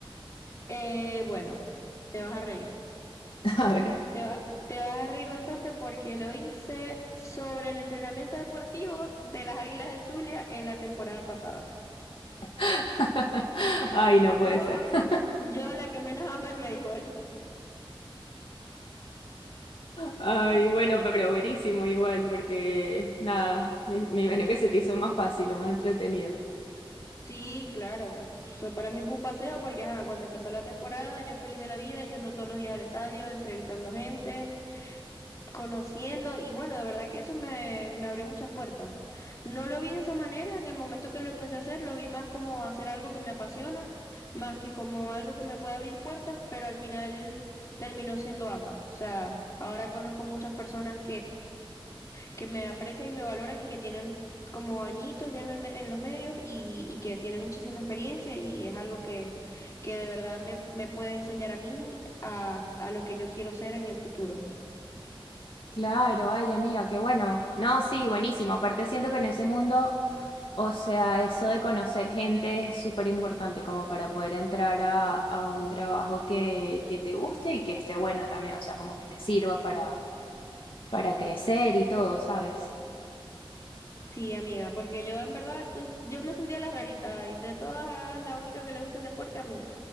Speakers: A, on the left; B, on the left.
A: eh, bueno, te vas a reír.
B: <laughs> A ver.
A: Te va- te vas a reír bastante porque lo hice sobre el entrenamiento deportivo de las Águilas del Zulia en la temporada pasada.
B: <laughs> Ay, no
A: Yo,
B: puede ser. <laughs>
A: yo la que menos ama el béisbol.
B: Ay, bueno, pero buenísimo igual, porque nada, me, me imagino que se te hizo más fácil o más entretenido.
A: Sí, claro. O sea, para mí fue un paseo porque ajá, cuando empezó la temporada yo feliz de la vida, yendo todos los días al estadio, entrevistando gente, conociendo y bueno, de verdad que eso me, me abrió muchas puertas. No lo vi de esa manera en el momento que lo empecé a hacer, lo vi más como hacer algo que me apasiona, más que como algo que me puede abrir puertas, pero al final terminó siendo ambas. O sea, ahora conozco muchas personas que me aprecian y me valoran y que tienen como añitos ya en el me- en los medios y, y que tienen muchísima experiencia y es algo que, que de verdad me, me puede enseñar a mí a, a lo que yo quiero ser en el futuro.
B: Claro, ay amiga, qué bueno. No, sí, buenísimo. Aparte siento que en ese mundo, o sea, eso de conocer gente es súper importante como para poder entrar a, a un trabajo que, que te guste y que esté bueno también, o sea, como que te sirva para, para crecer y todo, ¿sabes?
A: Sí, amiga, porque yo en verdad, tú- yo me sentía la rarita y de todas era la única que le gusta el deporte a mí.